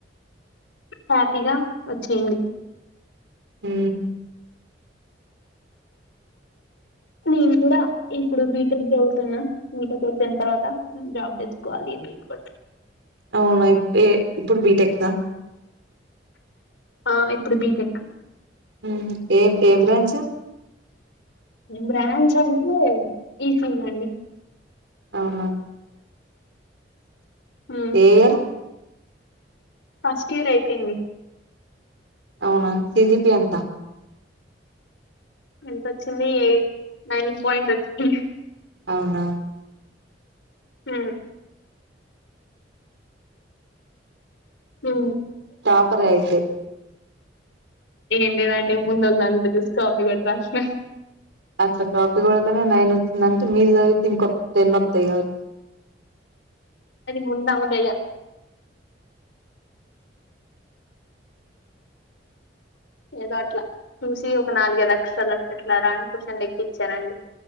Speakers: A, on the left (about 85°); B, on the right (about 85°).
A: హ్యాపీగా వచ్చేయండి
B: ఊ
A: నేను కూడా ఇప్పుడు బీటెక్ చదువుతున్నా బీటెక్ అయిపోయిన తర్వాత జాబ్ తెచ్చుకోవాలి కొ
B: అవునా ఇప్ ఏ ఇప్పుడు బీటెక్
A: ఆ ఇప్పుడు బీటెక్
B: ఉ ఏ ఏ బ్రాంచు
A: బ్రాంచ్ అంటే ఈ సీ ఈ అండి
B: అవునా
A: ఊ
B: ఏ ఇయర్
A: ఫస్ట్ ఇయర్ అయిపోయింది
B: అవునా సిజిపి ఎంత
A: ఎంతొచ్చింది ఎయి నైన్ పాయింట్ వచ్చింది
B: అవునా
A: ఉ ఉ
B: టాపర్ అయితే
A: ఏం లేదండి ముందొళ్ళ దాంలో చూసి కాపీ కొట్టి రాసిన
B: అట్ల కాపీ కోడుతేనె నైన్ వచ్చిందంటే మీరు చదివితే ఇంకొ టెన్ వస్తాయి కావ ఆ
A: ముందామ దయ ఏదో అట్లా చూసి ఒక నాలుగై అక్షరాలు అట్లట్ల రాని క్వశ్చన్లు ఎక్కిచ్చానండి